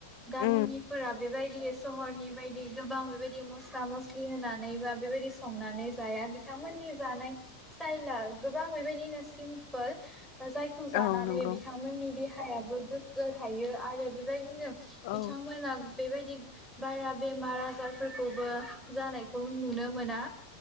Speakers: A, in the centre; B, on the left.
A: गामिनिफोरा
B: उम
A: बेबायदि ग सहनि बेबायदि गोबां बेबायदि मस्ला मस्लि होनानै बा बेबायदि संनानै जाया बिथांमोननि जानाय स्टाइल गोबां बेबायदिनो सिमपोल जायखौ जानानै
B: औ नंगौ
A: बिथांमोननि देहा हायाबो गोग्गो थायो आरो बेबायदिनो नो बिथांमोना
B: औ
A: बेबायदि बारा बेमार आजारफोरखौबो जानायखौ नुनो मोना।